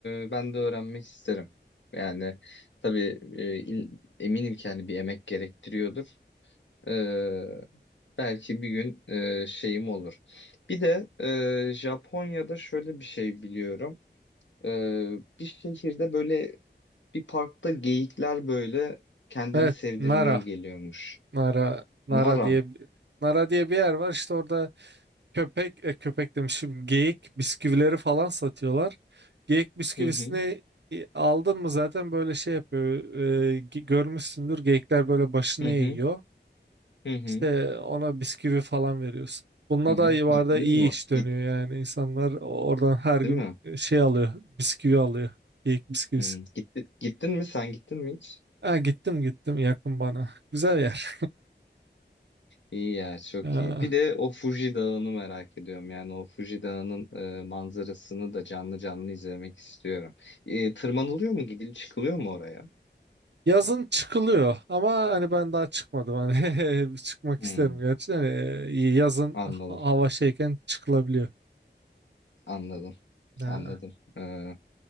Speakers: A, on the left; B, on the right.
A: e, ben de öğrenmek isterim. Yani tabii e, il- eminim ki hani bir emek gerektiriyordur. E, belki bir gün e, şeyim olur. Bir de e, Japonya'da şöyle bir şey biliyorum. E, bir şehirde böyle bir parkta geyikler böyle kendini
B: evet
A: sevdirmeye
B: Nara.
A: geliyormuş.
B: Nara Nara
A: Naram.
B: diye Nara diye bir yer var işte orada Köpek, e, köpek demişim. Geyik bisküvileri falan satıyorlar. Geyik bisküvisini
A: Hı hı.
B: e, aldın mı zaten böyle şey yapıyor. e, ge- görmüşsündür geyikler böyle başını
A: Hı
B: eğiyor.
A: hı. Hı hı.
B: İşte ona bisküvi falan veriyorsun. Bununla
A: Hı hı.
B: da yuvarda
A: Gittiniz
B: iyi
A: mi?
B: iş dönüyor
A: Git.
B: yani. İnsanlar oradan her gün
A: Değil mi?
B: e, şey alıyor. Bisküvi alıyor. Geyik bisküvisi.
A: Hmm. Gitti, gittin mi sen gittin mi hiç?
B: Ha, gittim gittim yakın bana. Güzel yer.
A: İyi ya çok
B: Ha.
A: iyi. Bir de o Fuji Dağı'nı merak ediyorum. Yani o Fuji Dağı'nın e, manzarasını da canlı canlı izlemek istiyorum. E, tırmanılıyor mu? Gidil çıkılıyor mu oraya?
B: Yazın çıkılıyor ama hani ben daha çıkmadım hani <laughs> çıkmak
A: Hmm,
B: isterim gerçi hani e, yazın
A: anladım,
B: ha- hava şeyken çıkılabiliyor.
A: anladım,
B: Ha.
A: anladım. Ee,